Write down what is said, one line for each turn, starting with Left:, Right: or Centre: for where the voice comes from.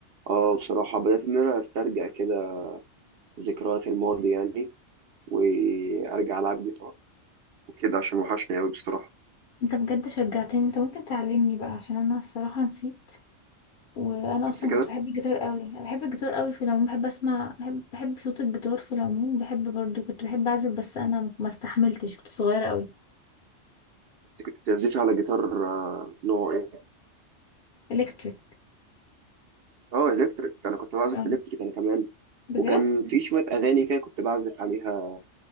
Right: اه بصراحة بدأت ان انا استرجع كده ذكريات الماضي يعني وارجع العب جيتار كده عشان وحشني قوي بصراحه
Left: انت بجد شجعتني انت ممكن تعلمني بقى عشان انا الصراحة نسيت وانا
Right: بس
Left: اصلا
Right: كده
Left: كنت بحب الجيتار قوي أنا بحب الجيتار قوي في العموم بحب اسمع بحب بحب صوت الجيتار في العموم بحب برضو كنت بحب اعزف بس انا ما استحملتش كنت صغيره قوي
Right: انت كنت بتعزفي على جيتار آه، نوع ايه
Left: الكتريك
Right: اه الكتريك انا كنت بعزف
Left: آه،
Right: الكتريك انا كمان
Left: بجد
Right: وكان في شويه اغاني كده كنت بعزف عليها